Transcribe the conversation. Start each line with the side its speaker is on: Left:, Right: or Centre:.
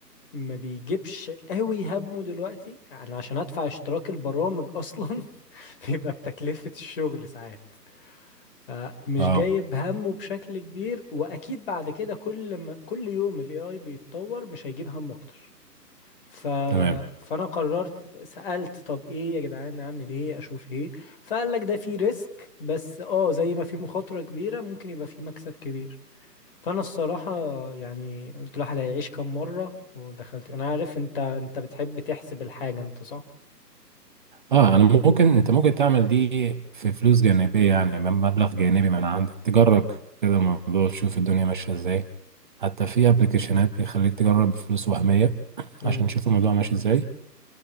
Left: ما بيجيبش قوي همه دلوقتي يعني عشان ادفع اشتراك البرامج اصلا <laughs> بيبقى بتكلفة الشغل ساعات فمش
Right: اه
Left: جايب همه بشكل كبير واكيد بعد كده كل ما كل يوم الاي اي بيتطور مش هيجيب هم اكتر ف...
Right: تمام
Left: فانا قررت سألت طب ايه يا جدعان اعمل ايه اشوف ايه فقال لك ده في ريسك بس اه زي ما في مخاطرة كبيرة ممكن يبقى في مكسب كبير فانا الصراحة يعني قلت الواحد هيعيش كام مرة ودخلت انا عارف انت انت بتحب تحسب الحاجة انت صح
Right: اه انا ممكن انت ممكن تعمل دي في فلوس جانبيه يعني من مبلغ جانبي من عندك تجرب كده الموضوع تشوف الدنيا ماشيه ازاي حتى في ابلكيشنات بيخليك تجرب بفلوس وهميه
Left: امم
Right: عشان تشوف الموضوع ماشي ازاي